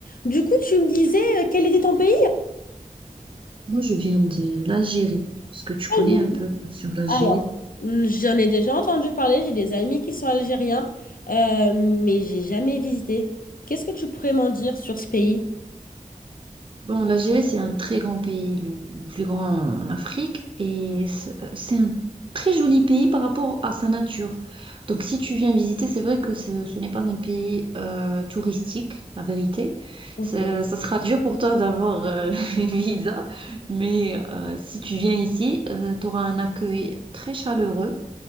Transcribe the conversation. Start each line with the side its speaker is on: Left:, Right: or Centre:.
Left: Du coup, tu me disais, euh, quel était ton pays?
Right: Moi, je viens de l'Algérie. Est-ce que tu
Left: Algérie.
Right: connais un peu sur l'Algérie?
Left: Alors, hum, j'en ai déjà entendu parler, j'ai des amis qui sont algériens, euh, mais j'ai jamais visité. Qu'est-ce que tu pourrais m'en dire sur ce pays?
Right: Bon, l'Algérie, c'est un très grand pays, le le plus grand en Afrique, et c'est euh, c'est un très joli pays par rapport à sa nature. Donc, si tu viens visiter, c'est vrai que ce, ce n'est pas un pays euh, touristique, la vérité.
Left: Ok.
Right: Ça, ça sera dur pour toi d'avoir euh, <laughs> une visa, mais euh, si tu viens ici, tu auras un accueil très chaleureux.